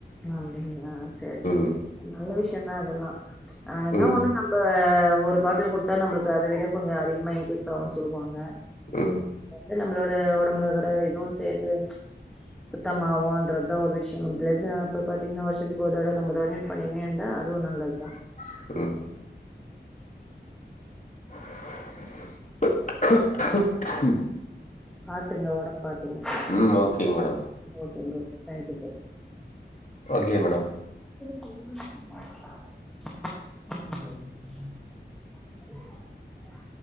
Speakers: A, in the centre; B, on the left.
A: அப்படிங்களா செரி செரி
B: ம்
A: நல்ல விஷயம்தான் இதெல்லாம் ஆ என்னா
B: ம்
A: ஒண்ணு நம்ம ஒரு பாட்டில் கொடுத்தா நம்மளுக்கு அதை விட கொஞ்சு அதிகமா இன்கரீஸ் ஆகுனு சொல்லுவாங்க
B: ஆ
A: வந்து நம்மளோட ஒடம்புல இருக்கிற இதுவு சேந்து ம்ச் சுத்தமாவுன்றதுதா ஒரு விஷயம் பிளட்டு <unintelligible> இப்ப பாத்தீங்கன்னா வருஷத்துக்கு ஒரு தடவ நம்ம டோனட் பண்ணினே இருந்தா அதுவு
B: <unintelligible>
A: நல்லதுதா
B: <inaudible>
A: பாத்துங்க ஒடம்ப பாத்துங்க ஓக்கே
B: ம்
A: ப்ரோ
B: ஓகேங்க madam
A: okay bro thank you bro
B: okay madam
A: <unintelligible>